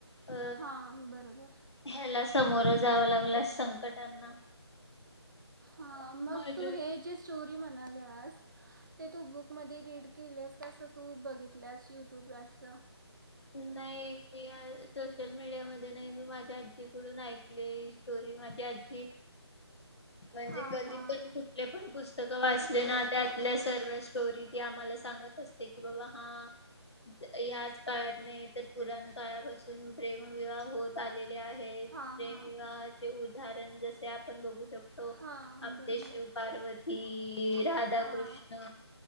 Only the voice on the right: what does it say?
हा बरोबर....
हा मग
तू हे जे स्टोरी म्हणा... असल्यास ते तू बुकमध्ये रीड केलेस का असं तू बघितल्यास युट्यूबला अस....
हां
हां
हां
हां
हां
बरोबर
हां